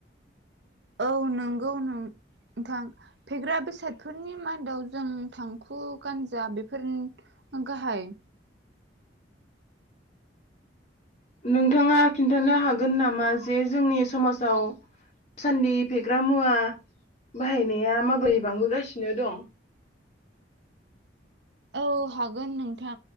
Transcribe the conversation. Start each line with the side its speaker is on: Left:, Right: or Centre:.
Right: औ नंगौ नों थां फेग्रा बेसादफोरनि मादाव जों थांखु गान्जा बेफोर नो गाहाय
Left: नोंथाङा खिन्थानो हागोन नामा जे जोंनि समासाव दासान्दि फेग्रा मुवा बाहायनाया माबोरै बांबोगासिनो दं
Right: औ हागोन नोंथां